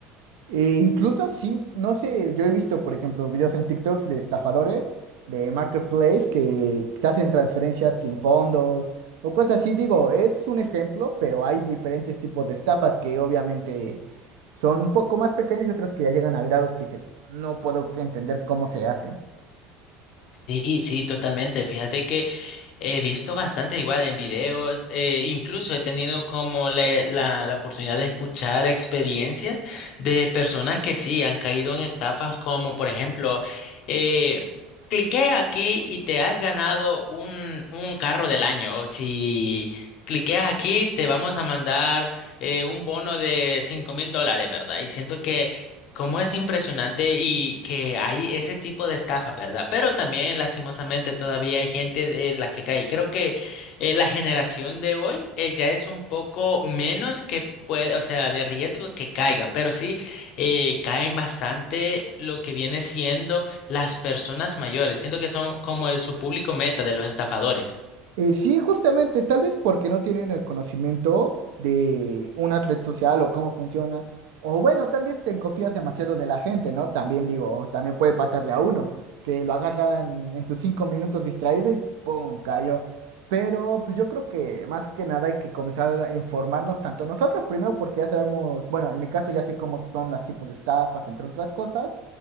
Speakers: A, on the right; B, on the left.
A: E incluso sí, no sé, yo he visto, por ejemplo, videos en TikToks de estafadores, de Marketplace, que te hacen transferencias sin fondos o cosas así. Digo, es un ejemplo, pero hay diferentes tipos de estafas que obviamente son un poco más pequeñas y otras que ya llegan a grados que dices, no puedo entender cómo se hacen.
B: Sí, sí, totalmente. Fíjate que he visto bastante igual en videos, eh, incluso he tenido como la, la, la oportunidad de escuchar experiencias de personas que sí han caído en estafas como por ejemplo, eh, cliqué aquí y te has ganado un, un carro del año. O si cliqueas aquí te vamos a mandar eh, un bono de cinco mil dólares, ¿verdad? Y siento que Cómo es impresionante y que hay ese tipo de estafas, ¿verdad? Pero también, lastimosamente, todavía hay gente de las que cae. Creo que eh, la generación de hoy eh, ya es un poco menos que puede, o sea, de riesgo que caiga, pero sí eh, caen bastante lo que viene siendo las personas mayores. Siento que son como el- su público meta de los estafadores.
A: Eh, sí, justamente, tal vez porque no tienen el conocimiento de una red social o cómo funciona. O bueno, tal vez te confías demasiado de la gente, ¿no? También digo, también puede pasarle a uno, que lo agarran en sus cinco minutos distraído y ¡pum! cayó. Pero pues yo creo que más que nada hay que comenzar a informarnos tanto nosotros primero porque ya sabemos, bueno, en mi caso ya sé cómo son los tipos de estafas, entre otras cosas,